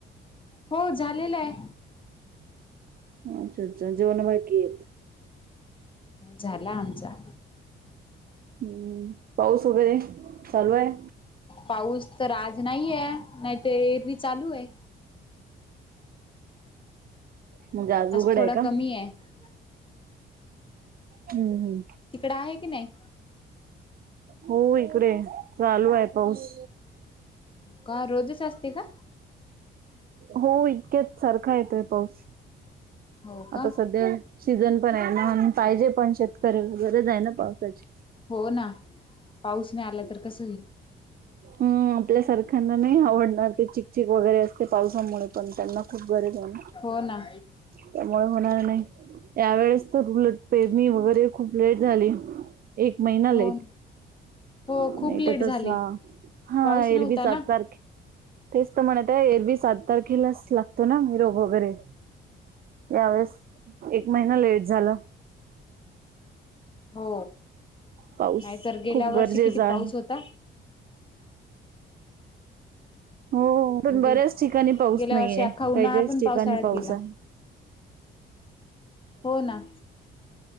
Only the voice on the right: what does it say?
अच्छा अच्छा जेवण बाकी आहेत.
हम्म पाऊस वगैरे चालू आहे?
म्हणजे आज उघड
आहे का?
हम्म हम्म.
हो इकडे चालू आहे पाऊस.
हो इतक्यात सारखा येतोय पाऊस.
आता सध्या सीझन पण आहे ना अन पाहिजे पण शेतकरी गरज आहे ना पावसाची.
हम्, आपल्या सारख्यांना नाही आवडणार ते चिखल चिक वगैरे असते पावसामुळे, पण त्यांना खूप गरज आहे.
त्यामुळे होणार नाही, यावेेळेस तर उलट पेरणी वगैरे खूप लेट झाली. एक महिना लेट.
नाही
तर तस,,
हा
एरवी
सात
तारखे तेच तर म्हणत आहे, एरवी सात तारखेलाच लागतो ना मीरग वगैरे. यावेेळेस एक महिना लेट झालं.
पाऊस
खूप
गरजेचा
आहे
हो, पण बऱ्याच
ठिकाणी पाऊस
नाहीेयेय,
काही काहीच
ठिकाणी
पाऊस
आहे.